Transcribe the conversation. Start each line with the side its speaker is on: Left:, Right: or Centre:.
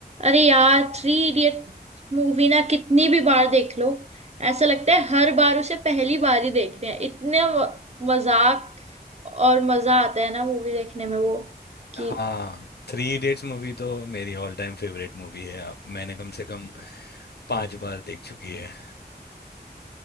Right: अरे यार three idiot movie ना कितनी भी बार देख लो ऐसा लगता है हर बार उसे पहली बार ही देख रहे हैं इतने म- मजाक और मजा आता है ना मूवी देखने में वो कि
Left: हाँ थ्री इडियट्स मूवी तो मेरी ऑल टाइम फेवरेट मूवी है आप मैंने कम से कम पांच बार देख चुकी है